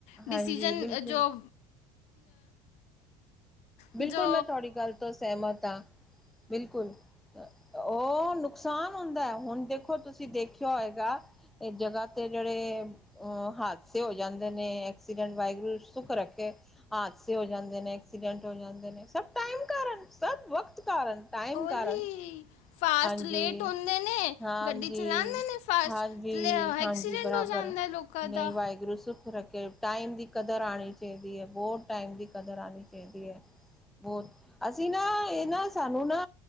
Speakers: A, on the left; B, in the centre.
A: ਡਿਸੀਜ਼ਨ
B: ਹਾਂਜੀ ਬਿਲਕੁਲ
A: ਜੋ
B: ਬਿਲਕੁਲ
A: ਜੋ
B: ਮੈਂ ਤੁਹਾਡੀ ਗੱਲ ਤੋਂ ਸਹਿਮਤ ਆ ਬਿਲਕੁਲ। ਉਹ ਨੁਕਸਾਨ ਹੁੰਦਾ ਹੈ। ਹੁਣ ਦੇਖੋ ਤੁਸੀਂ ਦੇਖਿਆ ਹੈਏਗਾ। ਇਹ ਜਗ੍ਹਾਹ ਤੇ ਜਿਹੜੇ ਔ ਹਾਦਸੇ ਹੋ ਜਾਂਦੇ ਨੇ। ਐਕਸੀਡੈਂਟ ਵਾਹਿਗੁਰੂ ਸੁੱਖ ਰੱਖੇ। ਹਾਦਸੇ ਹੋ ਜਾਂਦੇ ਨੇ, ਐਕਸੀਡੈਂਟ ਹੋ ਜਾਂਦੇ ਨੇ, ਸਭ ਟਾਈਮ ਕਾਰਨ, ਸਭ ਵਕਤ ਕਾਰਨ। ਟਾਈਮ
A: ਉਹੀ
B: ਕਾਰਨ,
A: ਫਾਸਟ
B: ਹਾਂਜੀ
A: ਲੇਟ ਹੁੰਦੇ ਨੇ
B: -ਹਾਂਜੀ।
A: ਗੱਡੀ ਚਲਾਉਂਦੇ ਨੇ ਫਾਸਟ
B: ਹਾਂਜੀ-
A: ਐਕਸੀਡੈਂਟ
B: ਹਾਂਜੀ ਬਰਾਬਰ,
A: ਹੋ ਜਾਂਦਾ ਲੋਕਾਂ ਦਾ
B: ਨਹੀਂ, ਵਾਹਿਗੁਰੂ ਸ ਰੱਖੇ ਟਾਈਮ ਦੀ ਕਦਰ ਆਣੀ ਚਾਈਦੀ ਐ ਬਹੁ ਟਾਈਮ ਦੀ ਕਦਰ ਆਣੀ ਚਾਈਦੀ ਐ। ਬੋਤ ਅਸੀਂ ਨਾ ਏ ਨਾ ਸਾਨੂੰ ਨਾ